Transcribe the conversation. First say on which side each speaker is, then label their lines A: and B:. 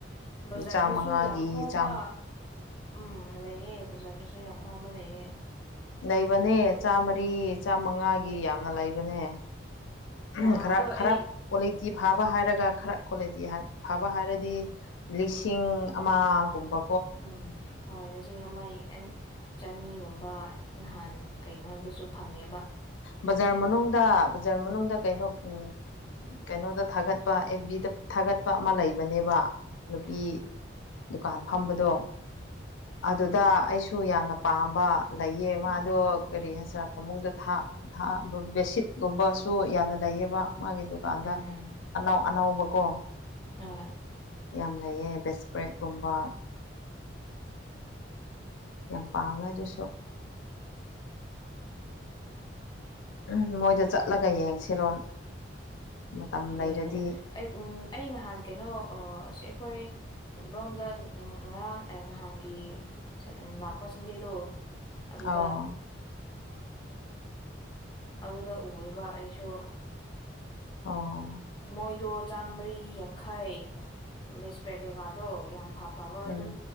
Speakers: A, on the left; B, on the left.
A: ꯕꯖꯥꯔꯗꯁꯨ
B: ꯆꯥꯃꯉꯥꯒꯤ
A: ꯌꯥꯝ ꯍꯣꯡꯕ꯫
B: ꯆꯥꯝ
A: ꯎꯝ ꯂꯩꯌꯦ ꯕꯖꯥꯔꯗꯁꯨ ꯌꯥꯝ ꯍꯣꯝꯕ ꯂꯩꯑꯦ꯫
B: ꯂꯩꯕꯅꯦ ꯆꯥꯃꯔꯤ ꯆꯥꯃꯉꯥꯒꯤ ꯌꯥꯝꯅ ꯂꯩꯕꯅꯦ꯫ ꯎ
A: ꯅꯍꯥꯟꯗꯣ
B: ꯈꯔ ꯈꯔꯞ
A: ꯑꯩ
B: ꯀꯣꯂꯤꯇꯤ ꯐꯥꯕ ꯍꯥꯏꯔꯒ ꯈꯔ ꯀꯣꯂꯤꯇꯤ ꯐꯕ ꯍꯥꯏꯔꯗꯤ ꯂꯤꯁꯤꯡ
A: ꯎꯝ
B: ꯑꯃꯒꯨꯝꯕ꯫
A: ꯎꯝ ꯍꯣꯏ ꯂꯤꯁꯤꯡ ꯑꯃ꯫ ꯑꯦꯟ ꯆꯅꯤꯒꯨꯝꯕ ꯅꯍꯥꯟ ꯀꯩꯅꯣꯗꯨꯁꯨ ꯐꯪꯉꯦꯕ
B: ꯕꯖꯥꯔ ꯃꯅꯨꯡꯗ ꯕꯖꯥꯔ ꯃꯅꯨꯡꯗ ꯀꯩꯅꯣ ꯎꯝ ꯀꯩꯅꯣꯗ ꯊꯥꯒꯠꯄ ꯑꯐ ꯕꯤꯗ ꯊꯥꯒꯠꯄ ꯑꯃ ꯂꯩꯕꯅꯦꯕ ꯅꯨꯄꯤ꯫
A: ꯎꯝ
B: ꯗꯨꯀꯥꯟ ꯐꯝꯕꯗꯣ ꯑꯗꯨꯗ ꯑꯩꯁꯨ ꯌꯥꯝꯅ ꯄꯥꯝꯕ꯫ ꯂꯩꯌꯦ
A: ꯎꯝ
B: ꯃꯥꯗꯣ ꯀꯔꯤ ꯍꯥꯏꯁꯤꯔ ꯐꯃꯨꯡꯗ꯫ ꯊꯥ ꯊꯥ ꯕꯦꯠꯁꯤꯠꯀꯨꯝꯕꯁꯨ ꯌꯥꯝꯅ ꯂꯩꯌꯦꯕ ꯃꯥꯒꯤ ꯗꯨꯀꯥꯟꯗ꯫
A: ꯎꯝ
B: ꯑꯅꯎ ꯑꯅꯕꯀꯣ
A: ꯍꯣꯏ꯫
B: ꯌꯥꯝ ꯂꯩꯌꯦ ꯕꯤꯁꯄ꯭ꯔꯦꯛꯀꯨꯝꯕ ꯌꯥꯝ ꯄꯥꯝꯃꯦꯗꯨꯁꯨ꯫ ꯎꯝ ꯃꯣꯏꯗ ꯆꯠꯂꯒ ꯌꯦꯡꯁꯤꯔꯣ꯫ ꯃꯇꯝ ꯂꯩꯔꯗꯤ
A: ꯌꯦꯡꯉꯅꯦ ꯑꯩ ꯑꯩ ꯅꯍꯥꯟ ꯀꯩꯅꯣ ꯑꯁꯤ ꯑꯩꯈꯣꯏ ꯂꯣꯝꯗ ꯎꯝ ꯉꯔꯥꯡ ꯅꯍꯥꯟꯒꯤ ꯂꯥꯛꯄ ꯁꯟꯗꯦꯗꯣ ꯑꯗꯨꯗ꯫
B: ꯑꯧ
A: ꯑꯗꯨꯗ ꯎꯋꯦꯕ ꯑꯩꯁꯨ꯫
B: ꯑꯣ꯫
A: ꯃꯣꯏꯗꯣ ꯆꯥꯃꯔꯤ ꯌꯥꯡꯈꯩ ꯕꯤꯁꯄꯦ ꯀꯩꯀꯥꯗꯣ ꯌꯥꯝ ꯐꯕ꯫ ꯑꯐꯕ ꯑꯗꯨꯝ
B: ꯎꯝ